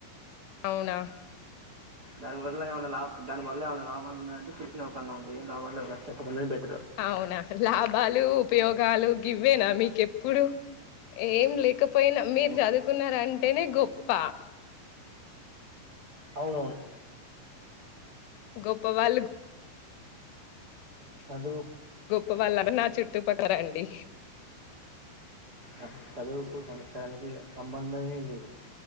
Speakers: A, on the left (about 80°); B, on the right (about 35°).
A: అవునా
B: దాని వల్ల ఏమన్నా లా దాని వల్ల ఏమైనాలాభాలు ఉన్నాయంటే చెప్పిన ఒక అందం ఉంటది ఏ లాభాల్లేవు <unintelligible>
A: అవునా లాభాలు ఉపయోగాలు గివ్వేనా మీకెప్పుడు ఏం లేకపోయినా మీరు
B: అవును
A: చదువుకున్నారూ అంటేనే గొప్ప
B: అవునవును
A: గొప్ప వాళ్ళు
B: హలో
A: గొప్ప వాళ్ళ నా చుట్టుపక్క రండి
B: ఆ చదువుకు సంస్కారానికి సంబంధమే లేదు